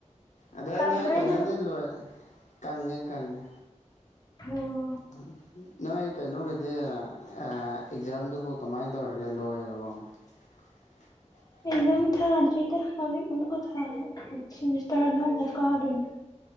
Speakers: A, on the left (about 75°); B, on the left (about 30°).
A: ꯑꯗ
B: ꯀꯪꯗ꯭ꯔꯦ
A: ꯅꯣꯏ ꯀꯩꯅꯣꯗꯤ
B: ꯅꯪ
A: ꯂꯣꯏ ꯀꯪꯉꯦ ꯀꯪꯉꯦ
B: ꯍ
A: UNINTELLIGIBLE ꯅꯣꯏ ꯀꯩꯅꯣꯒꯤꯗꯤ ꯑꯦꯛꯖꯥꯝꯗꯨꯕꯨ ꯀꯃꯥꯏꯅ ꯇꯧꯔꯒꯦ ꯂꯣꯏꯔꯕꯣ <unintelligible>
B: ꯑꯦꯛꯖꯥꯝ ꯊꯥꯗ꯭ꯔꯤꯗ ꯍꯧꯖꯤꯛ ꯑꯃꯨꯛꯀ ꯊꯥ ꯁꯤꯦꯃꯤꯁꯇꯔ ꯑꯅꯧꯕ ꯀꯥꯗꯣꯏꯅꯦ